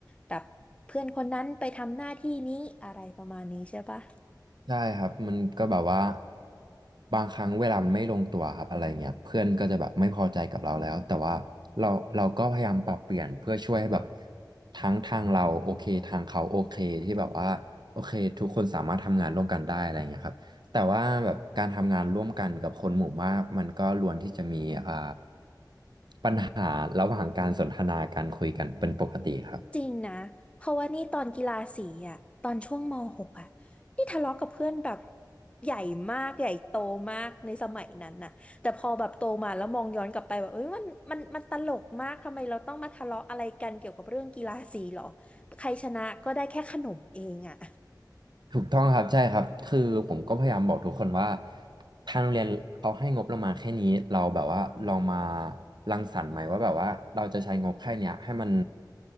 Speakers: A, on the left; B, on the right.
A: แบบเพื่อนคนนั้นไปทำหน้าที่นี้อะไรประมาณนี้ใช่ปะ
B: ใช่ครับมันก็แบบว่าบางครั้งเวลามันไม่ลงตัวครับอะไรเงี้ยเพื่อนก็จะแบบไม่พอใจกับเราแล้วแต่ว่าเราเราก็พยายามปรับเปลี่ยนเพื่อช่วยให้แบบทั้งทางเราโอเคทางเขาโอเคที่แบบว่าโอเคทุกคนสามารถทำงานร่วมกันได้อะไรเงี้ยครับแต่ว่าแบบการทำงานร่วมกันกับคนหมู่มากมันก็ล้วนที่จะมีอ่าปัญหาระหว่างการสนทนาการคุยกันเป็นปกติครับ
A: จริงนะเพราะว่านี่ตอนกีฬาสีอ่ะตอนช่วงม .6 อ่ะนี่ทะเลาะกับเพื่อนแบบใหญ่มากใหญ่โตมากในสมัยนั้นน่ะแต่พอแบบโตมาแล้วมองย้อนกลับไปแบบเอ้ยมันมันมันตลกมากทำไมเราต้องมาทะเลาะอะไรกันเกี่ยวกับเรื่องกีฬาสีหรอใครชนะก็ได้แค่ขนมเองอ่ะ
B: ถูกต้องครับใช่ครับคือผมก็พยายามบอกทุกคนว่าทางโรงเรียนเขาให้งบเรามาแค่นี้เราแบบว่าลองมารังสรรค์ไหมว่าแบบว่าเราจะใช้งบแค่เนี้ยให้มัน